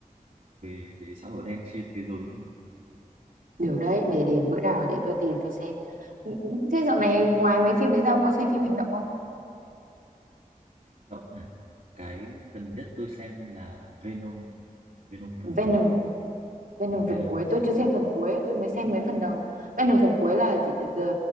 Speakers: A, on the right (about 65°); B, on the right (about 85°).
A: về về xã hội đen trên thế giới luôn là
B: Điều đấy để để bữa nào để tôi tìm tôi xem. Ừ, ừ, Thế dạo này ngoài mấy phim đấy ra ông có xem phim hành động không?
A: hành động à cái gần nhất tôi xem là Venom Venom phần
B: Venom,
A: cuối
B: Venom
A: ừ, Venom
B: phần cuối tôi
A: trên
B: chưa xem phần cuối, tôi mới xem mấy phần đầu. Venom phần cuối là gì? The